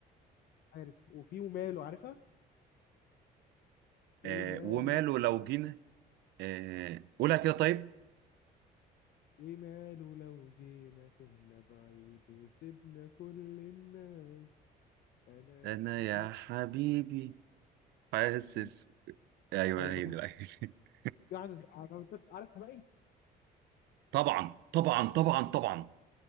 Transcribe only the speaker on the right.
آه
وماله لو جينا آه قولها كده طيب
انا
يا حبيبي حاسس
ايوه
هي
دي بقى. <laughs>
طبعا طبعا طبعا طبعا